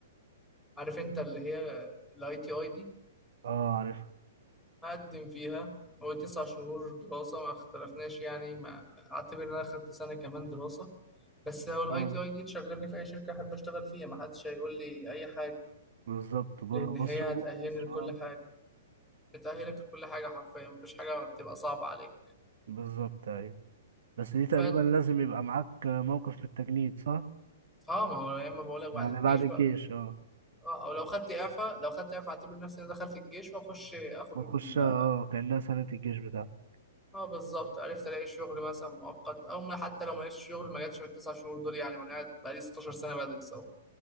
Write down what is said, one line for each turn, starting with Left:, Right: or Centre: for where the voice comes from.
Centre: عارف انت اللي هي الاي تي اي دي
Right: اه عارف
Centre: هقدم فيها هو تسع شهور دراسة ما اختلفناش يعني ما اعتبر ان انا اخدت سنة كمان دراسة بس هو الاي
Right: اه
Centre: تي اي دي تشغلني في اي شركة احب اشتغل فيها ما حدش هيقول لي اي حاجة
Right: بالظبط بره
Centre: لان هي
Right: مصر وجوه
Centre: هتأهلني
Right: مصر
Centre: لكل
Right: اه
Centre: حاجة بتأهلك لكل حاجة حرفيا مفيش حاجة بتبقى صعبة عليك
Right: بالظبط ايوه بس دي تقريبا
Centre: ف
Right: لازم يبقى معاك موقف في التجنيد صح
Centre: اه ما هو يا اما بقولك بعد
Right: يعني
Centre: الجيش
Right: بعد الجيش
Centre: بقى
Right: اه
Centre: اه او لو خدت اعفاء لو خدت اعفاء اعتبر نفسي انا دخلت الجيش واخش اخد
Right: وتخش
Centre: ال-
Right: اه
Centre: اه
Right: كأنها سنة الجيش بتاعتك
Centre: آه، بالظبط عرفت الاقي شغل مثلا مؤقت او ما حتى لو ما لقيتش شغل ما جاتش من التسع شهور دول يعني وانا قاعد بقالي 16 سنه بدرس اهو